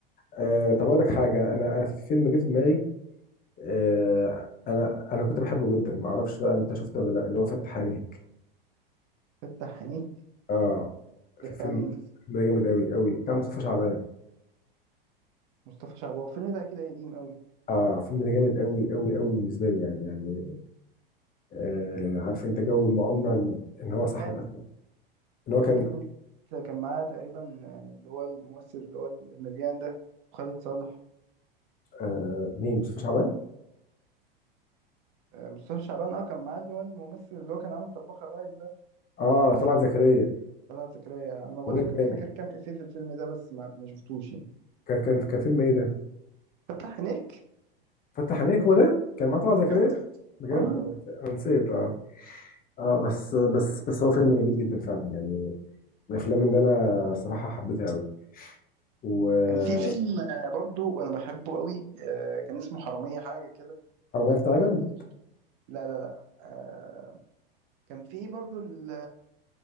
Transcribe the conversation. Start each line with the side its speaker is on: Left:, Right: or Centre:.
Left: آه طب اقول لك حاجه انا انا في فيلم جه في دماغي آه انا انا كنت بحبه جدا ما اعرفش بقى انت شفته ولا لا اللي هو فتح عينيك
Right: فتح عينيك
Left: اه
Right: ده
Left: في
Right: بتاع
Left: فيلم
Right: مين
Left: فيلم ده جامد قوي قوي بتاع مصطفى شعبان
Right: مصطفى شعبان الفيلم ده اكيد قديم قوي
Left: اه فيلم ده جامد قوي قوي قوي بالنسبه لي يعني يعني آه عارف انت جو المؤامره ان هو صاحب
Right: قاعد
Left: الأزرق ان هو كان
Right: فاكر مين كان معاه تقريبا اللي هو الممثل اللي هو المليان ده وخالد صالح
Left: آه مين مصطفى شعبان
Right: آه، مصطفى شعبان اه كان معاه اللي هو الممثل اللي هو كان عامل طباخ الريس ده
Left: اه طلعت زكريا
Right: طلعت زكريا انا بقول
Left: ومين
Right: لك
Left: تاني
Right: فاكر كام افيه في الفيلم ده بس ما ما شفتوش يعني
Left: كان كان كان فيلم ايه ده
Right: فتح عينيك
Left: فتح عينيك هو ده كان مع طلعت زكريا
Right: اه
Left: بجد
Right: اه
Left: انا نسيت أنا نسيت، اه اه بس بس بس هو فيلم جميل جدا فعلا يعني من الافلام اللي انا صراحه حبيتها قوي وحرامية
Right: كان في فيلم آه، برضو انا بحبه قوي آه، كان اسمه حرامية حاجة كده كان
Left: في تايلاند
Right: بتاع عمرو يوسف. لا لا لا آه، كان في برضو ال-